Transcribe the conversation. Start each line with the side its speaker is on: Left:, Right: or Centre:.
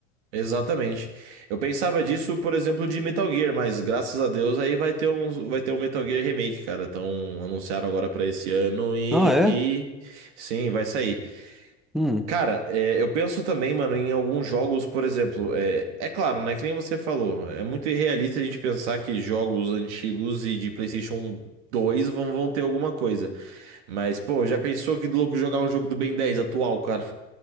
Right: Exatamente. Eu pensava disso, por exemplo, de Metal Gear, mas graças a Deus aí vai ter um, vai ter um Metal Gear Remake, cara. Então anunciaram agora pra esse ano e,
Centre: Ah, é?
Right: e- sim, vai sair.
Centre: Hum.
Right: Cara, é, eu penso também, mano, em alguns jogos, por exemplo, é, é claro, né? Que nem você falou, é muito irrealista a gente pensar que jogos antigos e de PlayStation dois vão, vão ter alguma coisa. Mas, pô, já pensou que louco jogar um jogo do Ben dez atual, cara?